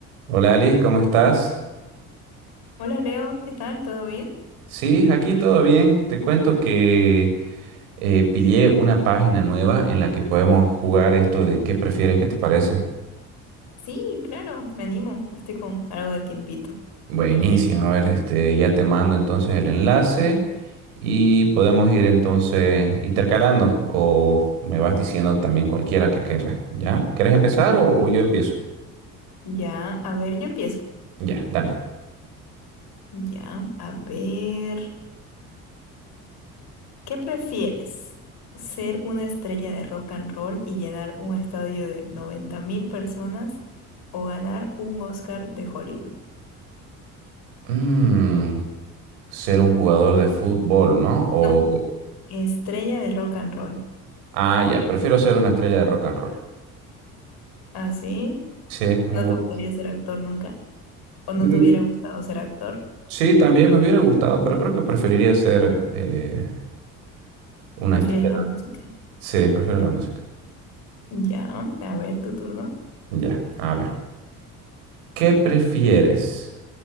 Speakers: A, on the right; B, on the left.
A: Hola Ali, ¿cómo estás?
B: Hola Leo, ¿qué tal? ¿Todo bien?
A: Sí, aquí todo bien. Te cuento que eh, pillé una página nueva en la que podemos jugar esto de qué prefieres, ¿qué te parece?
B: Sí, claro, me animo, estoy con algo de tiempito.
A: Buenísimo, a ver, este, ya te mando entonces el enlace y podemos ir entonces intercalando o me vas diciendo también cualquiera que querrá. ¿ya? ¿Quieres empezar o, o yo empiezo?
B: Ya, a ver, yo empiezo.
A: Ya, dale.
B: Ya, a ver, ¿qué prefieres? ¿Ser una estrella de rock and roll y llenar un estadio de 90 mil personas o ganar un Oscar de Hollywood?
A: Mm, ser un jugador de fútbol, ¿no? O,
B: No, estrella de rock and roll.
A: ah, ya, prefiero ser una estrella de rock and roll.
B: ¿Así?
A: Sí, me
B: ¿No
A: gusta.
B: te gustaría ser actor nunca? ¿O no
A: Mm,
B: te hubiera gustado ser actor?
A: Sí, también me hubiera gustado, pero creo que preferiría ser eh, una
B: ¿Prefieres
A: estrella.
B: la música?
A: Sí, prefiero la música.
B: Ya, a ver, tu turno.
A: Ya, a ver. ¿Qué prefieres?